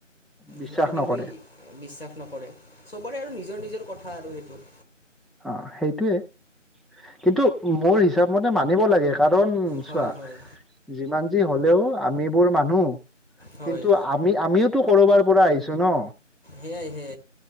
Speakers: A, in the centre; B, on the left.
A: বিশ্বাস
B: সেইটো কিন্তু
A: নকৰে
B: বিশ্বাস নকৰে, চবৰে আৰু নিজৰ নিজৰ কথ <unintelligible>
A: অ সেইটোয়ে কিন্তু মোৰ হিচাপ মতে মানিব লাগে। কাৰণ
B: হয়
A: চোৱা
B: হয়
A: যিমান যি হলেও আমিবোৰ মানুহ
B: হয়
A: কিন্তু আমি আমিওটো কৰবাৰ পৰা আহিছো ন।
B: সেয়াহে